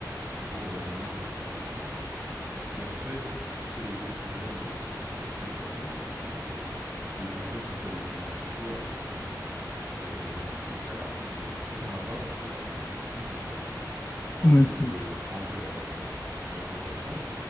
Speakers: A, on the right; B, on the left.
A: un jour, le lendemain, euh, t'en peux plus. Et après, c'est les jours qui viennent où c'est plus compliqué, quoi. Et puis... euh, Mais par exemple, si t'as des cigarettes chez toi, bah, c'est... pff, C'est vraiment... C'est très rapide, quoi. Si t'en as pas, par contre, c'est plus compliqué, quoi faut
B: Ouais,
A: un peu
B: c'est
A: euh,
B: vrai.
A: enlever la, la tentation.